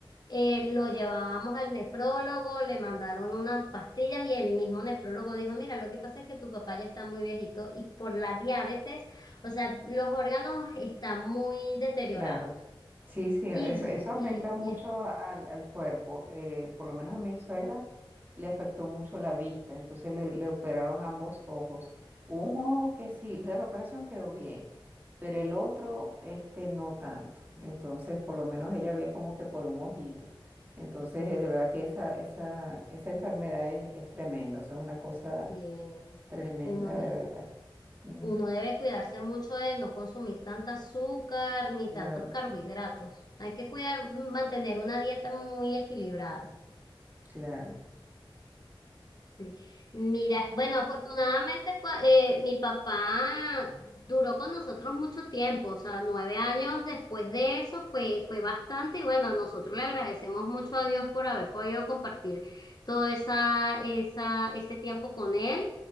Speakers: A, on the left; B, on the right.
A: eh, lo llevábamos al nefrólogo, le mandaron unas pastillas y el mismo nefrólogo dijo, mira, lo que pasa es que tu papá ya está muy viejito y por la diabetes, o sea, los órganos están muy deteriorados
B: claro. Sí, sí, eso,
A: y,
B: eso afecta
A: y,
B: mucho
A: y es
B: al, al cuerpo. eh, por lo menos a mi suegra le afectó mucho la vista, entonces le, le operaron ambos ojos. Hubo un ojo que sí, de la operación quedó bien, pero el otro, este, no tanto. Entonces, por lo menos ella veía como que por un ojito. Entonces, eh, de verdad que esa, esa, esa enfermedad es, es tremenda, o sea, es una cosa
A: que
B: tremenda
A: uno de,
B: de verdad. Ujú,
A: uno debe cuidarse mucho de no consumir tanta azúcar ni
B: Claro.
A: tantos carbohidratos. Hay que cuidar, mantener una dieta muy equilibrada.
B: claro.
A: Sí. Mira, bueno, afortunadamente cua- eh, mi papá duró con nosotros mucho tiempo, o sea, nueve años después de eso fue, fue bastante y bueno, nosotros le agradecemos mucho a Dios por haber podido compartir todo esa, esa, ese tiempo con él.